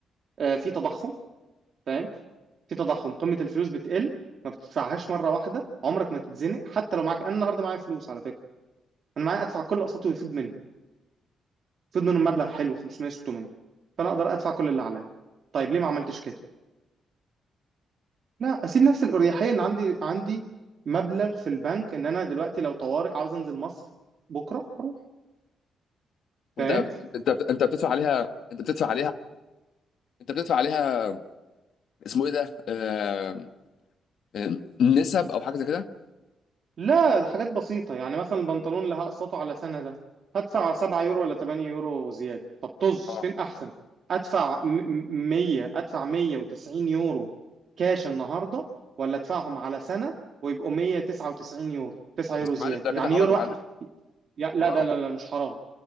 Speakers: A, on the right (about 55°); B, on the left (about 70°).
A: آه في تضخم فاهم في تضخم قيمه الفلوس بتقل ما بتدفعهاش مره واحده عمرك ما تتزنق حتى لو معاك انا النهارده معايا فلوس على فكره انا معايا ادفع كل اقساطي ويفيض منهم يفيض منهم مبلغ حلو 500 600 فانا اقدر ادفع كل اللي عليا طيب ليه ما عملتش كده لا اسيب نفس الاريحيه ان عندي عندي مبلغ في البنك ان انا دلوقتي لو طوارئ عاوز انزل مصر بكره اروح
B: وانت
A: فاهم
B: انت انت بتدفع عليها انت بتدفع عليها انت بتدفع عليها اسمه ايه ده آه... آه، نسب او حاجه زي كده
A: لا ده حاجات بسيطة يعني مثلا البنطلون اللي هقسطه على سنة ده هدفع 7 يورو ولا 8 يورو زيادة طب طز
B: اه
A: فين أحسن أدفع م- م- 100 أدفع 190 يورو كاش النهاردة ولا أدفعهم على سنة ويبقوا 199 يورو 9
B: بس
A: يورو
B: يا
A: زيادة
B: معلم ده كده
A: يعني
B: حرام
A: يورو
B: يا
A: واحد
B: معلم
A: يا- لا
B: حرام
A: ده لا لا مش حرام